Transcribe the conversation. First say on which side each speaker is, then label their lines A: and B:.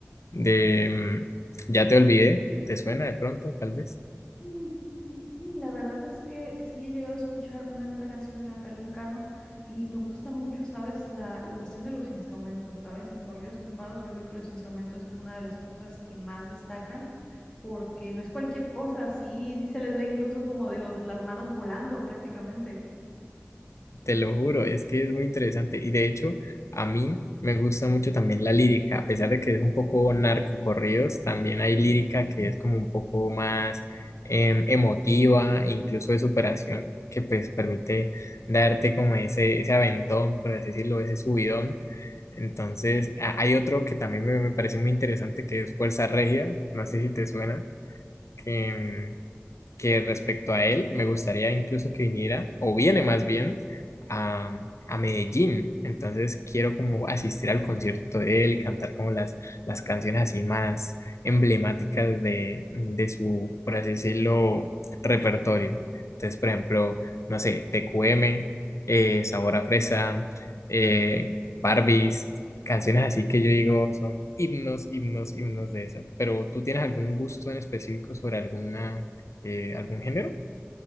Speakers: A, on the left (about 70°); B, on the left (about 15°).
A: de mm, Ya te olvidé, ¿te suena de pronto, tal vez?
B: Sí, sí, sí, sí, la verdad es que sí he llegado a escuchar una que otra canción de Natal Cano y me gusta mucho, ¿sabes? La, la cuestión de los instrumentos, ¿sabes? En corridos tumbados yo creo que los instrumentos es una de las cosas que más destacan porque no es cualquier cosa, sí, sí se les ve incluso como de los, las manos volando prácticamente.
A: Te lo juro, es que es muy interesante. Y de hecho, a mí me gusta mucho también la lírica, a pesar de que es un poco narcocorridos, también hay lírica que es como un poco más em, emotiva, incluso de superación, que pues permite darte como ese, ese aventón, por así decirlo, ese subidón. Entonces, a- hay otro que también me, me parece muy interesante, que es Fuerza Regia, no sé si te suena, que, em, que respecto a él, me gustaría incluso que viniera, o viene más bien, a, a Medellín. Entonces quiero como asistir al concierto de él y cantar como las, las canciones así más emblemáticas de, de su, por así decirlo, repertorio. Entonces, por ejemplo, no sé, TQM, eh, Sabor a Fresa, eh, Barbies. Canciones así que yo digo son himnos, himnos, himnos de esa. Pero ¿tú tienes algún gusto en específico sobre alguna eh, ¿algún género?